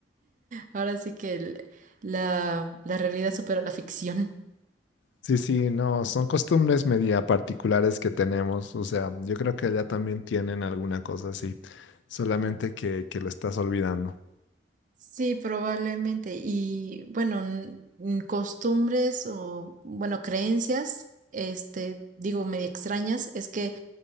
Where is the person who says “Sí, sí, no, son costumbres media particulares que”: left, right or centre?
Left